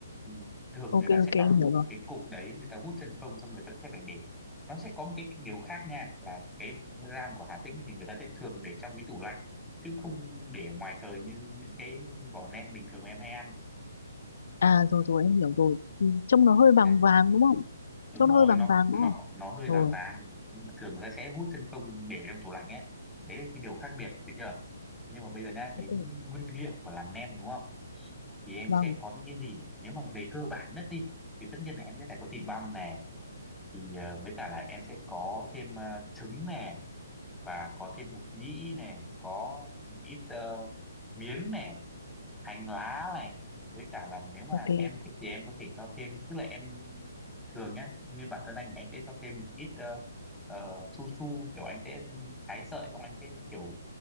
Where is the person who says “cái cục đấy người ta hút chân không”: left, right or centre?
Centre